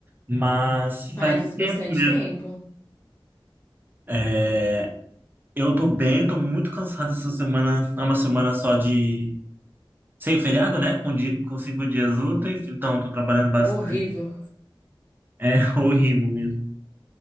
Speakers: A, on the right (about 25°); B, on the left (about 25°).
A: Mas
B: Pai,
A: faz um
B: faz bastante
A: tempo mesmo.
B: tempo.
A: É, eu tô bem, tô muito cansado essa semana. É uma semana só de... Sem feriado, né? Com, di- com cinco dias úteis. Então, tô trabalhando bastante.
B: Horrível.
A: É <laughs> horrível mesmo.